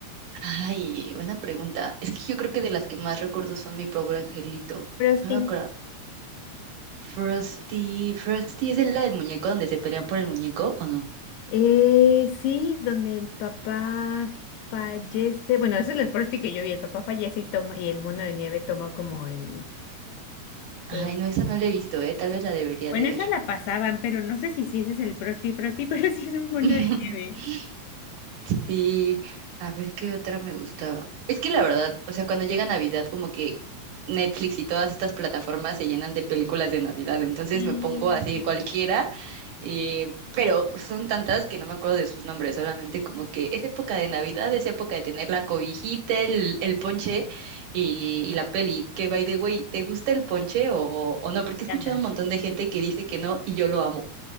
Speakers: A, on the right (about 60°); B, on the left (about 80°).
A: Ay, buena pregunta. Es que yo creo que de las que más recuerdo son Mi Pobre Angelito.
B: Frosty.
A: No me acuerdo. Frosty, Frosty es la del muñeco donde se pelean por el muñeco, ¿o no?
B: Eh, sí, donde el papá fallece. Bueno, eso es el Frosty que yo vi. El papá fallece y toma, y el mono de nieve toma como el.
A: Ay,
B: eh,
A: no, esa no la he visto, eh. Tal vez la debería
B: Bueno,
A: de ver.
B: esa la pasaban, pero no sé si sí ese es el Frosty Frosty, <laughs> pero sí es un mono
A: <laughs>
B: de nieve.
A: Sí, a ver qué otra me gustaba. Es que la verdad, o sea, cuando llega Navidad, como que Netflix y todas estas plataformas se llenan de películas de Navidad, entonces
B: Sí,
A: me pongo así
B: me
A: cualquiera, eh, pero son tantas que no me acuerdo de sus nombres, solamente como que es época de Navidad, es época de tener la cobijita, el, el ponche y, y la peli. Que by the way, ¿te gusta el ponche o, o no? Porque he escuchado
B: encanta.
A: un montón de gente que dice que no y yo lo amo.